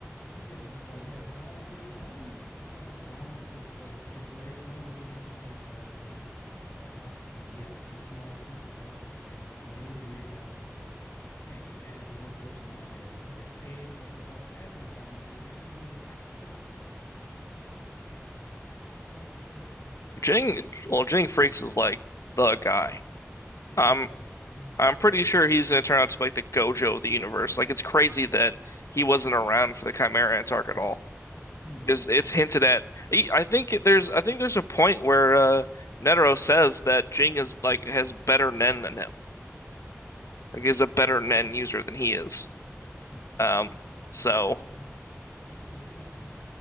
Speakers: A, on the left; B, on the left.
A: yeah. Until like, yeah, Gon. Oh yeah, Gon is the son of Gon Freaks, the big, great one of the greatest hunters of all time. Well, well, yeah, yeah, the smartest people ever, and just like, made Greed Island. It's like, man, your dad is more impressive than my dad, and he's the head of the assassin family that everyone's afraid <laughs> of. Oh, it's crazy.
B: Jing, well, Jing Freaks is like the guy.
A: Yeah,
B: I'm
A: he's the guy,
B: I'm
A: <laughs>
B: pretty
A: the guy.
B: sure he's gonna turn out to be like the Gojo of the universe. Like it's crazy that he wasn't around for the Chimeriant arc at all.
A: Mm-mm,
B: It's, it's
A: mm-mm.
B: hinted at. he- I think there's I think there's a point where uh, Netero says that Jing is like has better Nen than him. Like he's a better Nen user than he is.
A: mm.
B: Um, so
A: Yeah, yeah, but yeah, yeah.